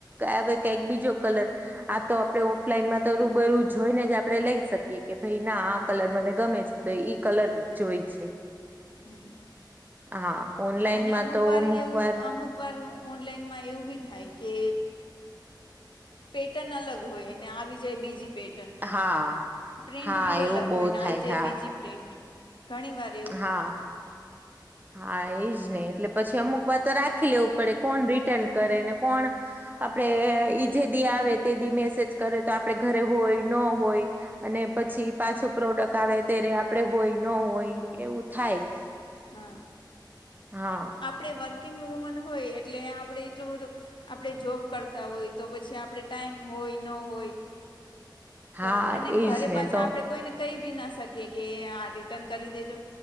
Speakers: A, on the right; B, on the left.
A: આવે કાંઈક બીજો કલર. આ તો આપડે ઓફલાઈનમાં તો રુંબરું જોઈને જ આપણે લઈ શકીએ કે ભાઈ ના કલર મને ગમે છે તો ઈ કલર જોઈ છે.
B: હમ
A: હા ઓનલાઈનમાં
B: અને અમુકવાર
A: તો અમુક
B: એવું
A: વાર
B: અમુકવાર ઓનલાઈનમાં એવું બી થાય કે પેટર્ન અલગ હોય એને આવી જાય બીજી પેટ ટન
A: હા
B: પ્રિન્ટ
A: હા
B: બી
A: એવું
B: અલગ
A: બહુ
B: હોય ને
A: થાય
B: આવી જાય
A: હા
B: બીજી પ્રિન્ટ ઘણીવાર
A: હા હા એજ ને. એટલે પછી અમુકવાર તો રાખી લેવું પડે કોણ રિટર્ન કરે ને કોણ આપડે ઈ જેદી આવે તેદી મેસેજ કરે તો આપડે ઘરે હોય ન હોય. અને પછી પાછો પ્રોડક્ટ આવે ત્યારે આપડે હોય ન હોય એવું થાય.
B: હા
A: હા
B: આપડે વર્કિંગ વુમન હોય એટલે આપડે એટલું બધું આપણે જોબ કરતા હોય તો પછી આપણે ટાઈમ હોય ન હોય.
A: હા
B: તો અને
A: એજ
B: ઘરે
A: ને
B: પાછા
A: તો
B: આપડે કોઈને કહી બી ના શકીએ કે આ રિટર્ન કરી દેજો